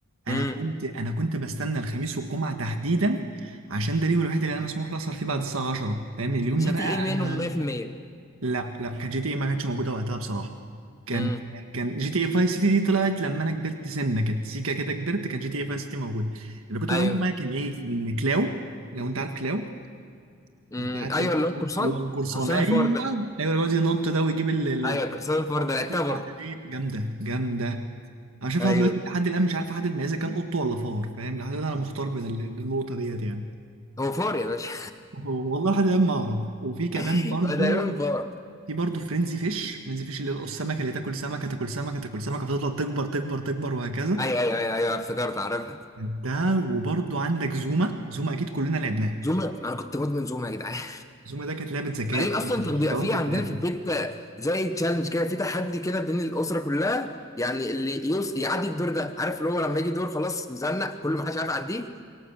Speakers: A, on the right; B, on the left.
A: انا
B: امم
A: كنت انا كنت بستنى الخميس والجمعه تحديدا عشان ده اليوم الوحيد اللي انا مسموح لي اسهر فيه بعد الساعه 10 فاهمني اليوم
B: جي
A: ده بقى
B: تي اي منهم
A: انا
B: 100%
A: لا لا كان جي تي اي ما كانتش موجوده وقتها بصراحه كان
B: امم
A: كان جي تي اي فاي سيتي دي طلعت لما انا كبرت سنه كده سيكا كده كبرت كان جي تي اي فاي سيتي موجوده اللي كنت
B: ايوه
A: بلعبهم بقى كان ايه كلاو لو انت عارف كلاو
B: امم
A: بتاعت
B: ايوه
A: النط
B: اللي هو قرصان
A: اللي هو القرصان
B: قرصان
A: ايوه
B: الفار ده
A: ايوه اللي بيقعد ينط ده ويجيب ال- ال-
B: ايوه قرصان الفار
A: العملات
B: ده لعبتها
A: المعدنيه
B: برضه
A: جامده جامده انا شايف
B: ايوه
A: لحد دلوقتي لحد الان مش عارف احدد ما اذا كان قط ولا فار فاهم لحد الان انا محتار بين ال- النقطه ديت يعني
B: هو فار يا باشا
A: هو- والله لحد الان ما اعرف وفي كمان
B: <laughs>
A: برضو
B: هو تقريبا فار
A: في برضه فرينزي فيش فرينزي فيش اللي هو السمكه اللي تاكل سمكه تاكل سمكه تاكل سمكه فتفضل تكبر تكبر تكبر وهكذا
B: ايوه ايوه ايوه ايوه افتكرت عارفها
A: ده وبرضه عندك زوما زوما اكيد كلنا لعبناه
B: زوما انا كنت مدمن زوما يا جدعان <laughs>
A: زوما ده كانت لعبه ذكاء
B: بعدين
A: كانت
B: اصلا كان
A: الشطرنج
B: بيبقى في عندنا
A: بتاعتنا
B: في البيت زي تشالنج كده في تحدي كده بين الاسره كلها يعني اللي يوص يعدي الدور ده عارف اللي هو لما يجي دور خلاص مزنق كل ما حدش عارف يعديه